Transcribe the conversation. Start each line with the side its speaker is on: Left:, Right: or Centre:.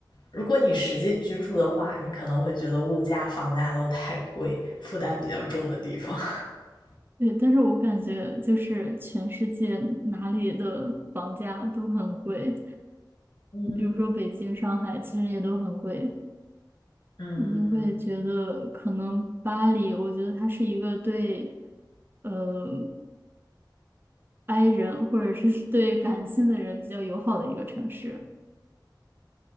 Left: 如果你实际居住的话，你可能会觉得物价、房价都太贵，负担比较重的地方。<laughs>
Right: 对，但是我感觉就是全世界哪里的房价都很贵，
Left: 嗯，
Right: 比如说北京、上海，其实也都很贵。
Left: 嗯，
Right: 我就会觉得可能巴黎，我觉得它是一个对呃 i 人或者是 <laughs> 对感性的人比较友好的一个城市。